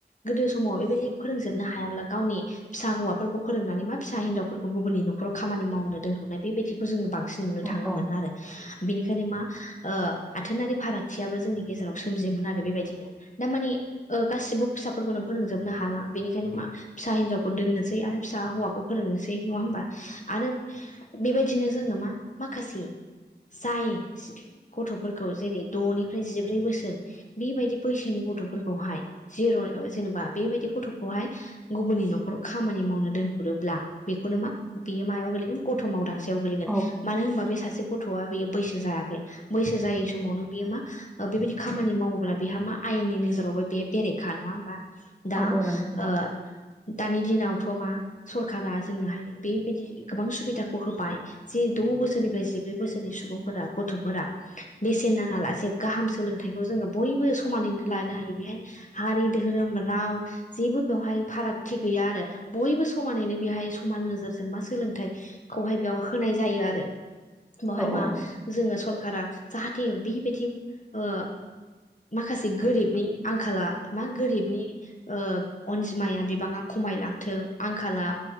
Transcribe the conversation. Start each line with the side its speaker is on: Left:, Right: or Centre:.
Left: गोदो समाव बेबायदि फोरोंजोबनो हायाब्ला गावनि फिसा हौवाफोरखौ फोरोंनानै मा फिसा हिनजावफोरखौ गुबुननि न'खराव खामानि मावनो दोनहरनाय बेबायदिखौ जोंङो नुनो थांङोमोन
Centre: औ
Left: आरो। बिनिखायनो मा आथोनारि फारागथियाबो जोंनि गेजेराव सोमजियोमोन आरो बेबादिनो दामानि गासिबो फिसाफोरखौनो फोरोंजोबनो हाला बेनिखायनो मा फिसा हिनजावखौ दोननोसै आरो फिसा हौवाखौ फोरोंनोसै नङा होनबा आरो बेबायदिनो जोङो मा माखासे जाय गथफोरखौ जेरै दनिफ्राय जिब्रै बोसोरो बेबायदि बैसोनि गथ'फोरखौहाय जिर' जेनेबा बेबायदि गथ'खौहाय गुबुननि न'खराव खामानि मावनो दोनहरोब्ला बेखौनो मा बियो मायाव गोलैगोन गथ' मावदांसै गो गेलेगोन
Centre: औ
Left: मानो होनबा बे सासे गथ'आ बेयो बैसो जायाखै बैसो जायै समावनो बियो मा बेबायदि खामानि मावोब्ला बेहा मा आयेननि नोजोरावबो बे बेरायेखा नङा होमबा। दा
Centre: औ नंगौ नोंथां
Left: ओ दानि दिनावथ' मा सरखारारा जोंनोहाय बेबायदि गोबां सुबिदाखौ होबाय। जि द' बोसोरनिफ्राय जिब्रै बोसोरनि सुबुंफोरा गथ'फोरखौ बेसेन नाङा लासे गाहाम सोलोंथाइखौ जोङो बयबो समानैनो लानो हायो बेहायो हारि धोरोम राव जेबो बेवहायनो फारागथि गैया आरो बयबो समानैनो बेहाय समान नोजोरजों बा सोलोंथाया खौहाय बेयाव होनाय जायो आरो बेावहाय
Centre: औ
Left: मा
Centre: औ
Left: जोंङो सरखारा जाहाथे बेबायदि ओ माखासे गोरिबनि आंखाला मा गोरिबनि अनजिमाया ओ बिबाङा खमायलांथों आंखाला